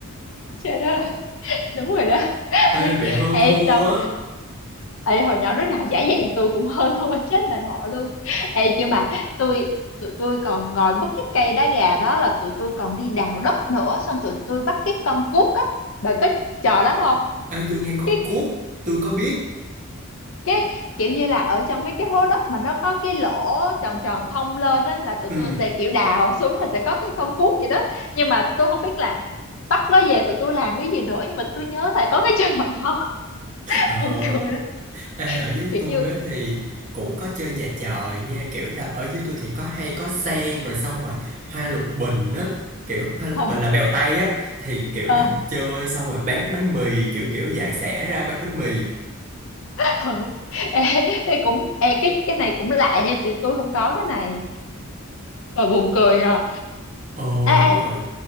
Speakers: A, on the left; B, on the right.
A: trời đất ơi đúng rồi đó <laughs>
B: Ê, bị hơn
A: ê,
B: thua
A: xong
B: á
A: ê hồi nhỏ lúc nào giả dạy tôi cũng hơn thua <laughs> chết bà nội luôn ê chứ mà tôi tụi tôi còn ngồi bắt cái cây đá gà đó là tụi tôi còn đi đào đất nữa xong tụi tôi bắt cái con cuốc á bà có trò đó không
B: à Ê, tôi nghe con
A: cái
B: cuốc, tôi có biết.
A: cái kiểu như là ở trong mấy cái hố đất mà nó có cái lỗ tròn tròn thông lên á là tụi
B: Ừ.
A: tôi sẽ kiểu đào xuống là sẽ có cái con cuốc gì đó nhưng mà tôi không biết là bắt nó về tụi tôi làm cái gì nữa nhưng mà tôi nhớ là có cái trò đó <laughs>
B: Ờ,
A: buồn cười lắm
B: ê, ở dưới
A: kiểu
B: tôi
A: như
B: á, thì cũng có chơi nhà chòi nha. Kiểu là ở dưới tôi thì có hay có sen rồi xong rồi hoa lục bình á. Kiểu hoa lục
A: <laughs>
B: bình là bèo tay á. Thì kiểu
A: ờ
B: là chơi xong rồi bán bánh mì kiểu kiểu dạy xẻ ra bán bánh mì.
A: <laughs> ừ. Ê, ê, cũng ê, cái cái này cũng lạ nha tụi tôi không có cái này và buồn cười nhờ
B: Ờ
A: ê
B: đúng
A: ê
B: rồi.